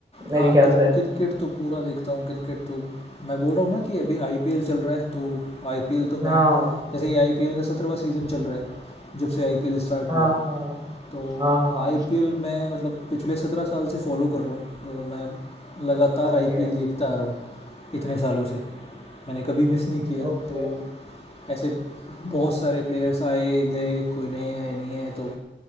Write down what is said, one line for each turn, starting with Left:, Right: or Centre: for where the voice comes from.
Right: मेरे
Left: हाँ,
Right: ख्याल
Left: क्रि
Right: से।
Left: क्रिकेट तो पूरा देखता हूँ। क्रिकेट तो मैं बोल रहा हूँ ना कि अभी आईपीएल चल रहा है तो आईपीएल तो मैं
Right: हाँ।
Left: जैसे ये आईपीएल का 17वाँ सीज़न चल रहा है, जब से आईपीएल स्टार्ट
Right: हाँ,
Left: हुआ।
Right: हाँ।
Left: तो
Right: हाँ, हाँ, हाँ,
Left: आईपीएल
Right: हाँ।
Left: मैं मतलब पिछले सत्रह साल से फॉलो कर रहा हूँ तो मैं लगातार
Right: Okay,
Left: आईपीएल देखता आ रहा हूँ इतने सालों से मैंने कभी मिस नहीं किया
Right: okay.
Left: तो ऐसे बहुत सारे प्लेयर्स आए गए कोई नए आए नहीं आए तो